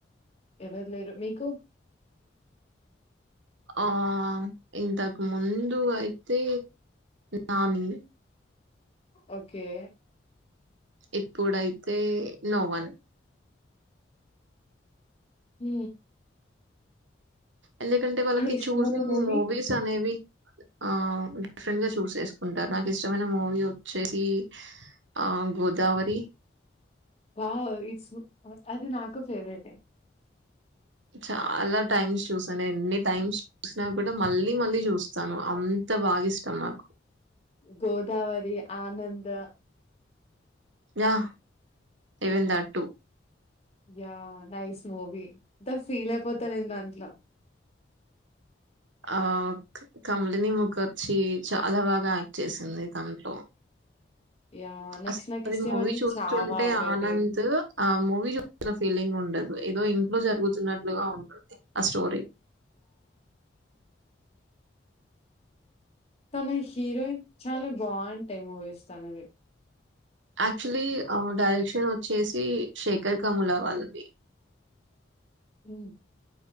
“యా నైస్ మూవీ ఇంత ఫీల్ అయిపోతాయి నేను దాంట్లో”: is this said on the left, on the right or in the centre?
Left